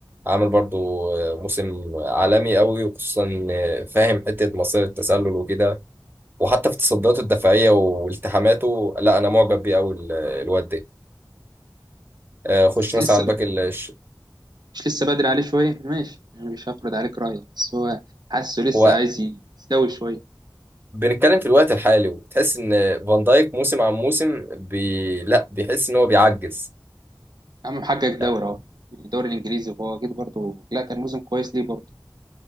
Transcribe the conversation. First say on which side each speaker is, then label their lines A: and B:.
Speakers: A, on the right; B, on the right.
A: عامل برضو آه، موسم عالمي قوي وخصوصا إن آه، فاهم حته مصير التسلل وكده وحتى في تصدياته الدفاعيه والتحاماته لا انا معجب بيه قوي ال- الواد ده آه خش
B: بس
A: مثلا
B: لسه
A: على الباك الش...
B: مش لسه بدري عليه شوية ماشي يعني مش هفرض عليك رأيي بس هو حاسه لسه
A: هو
B: عايز يستوي شوية
A: بنتكلم في الوقت الحالي وتحس ان فان دايك موسم عن موسم بي... لا بيحس ان هو بيعجز
B: يا عم محقق دوري
A: يعني
B: اهو يعني الدوري الإنجليزي وهو أكيد برضه لا كان موسم كويس ليه برضه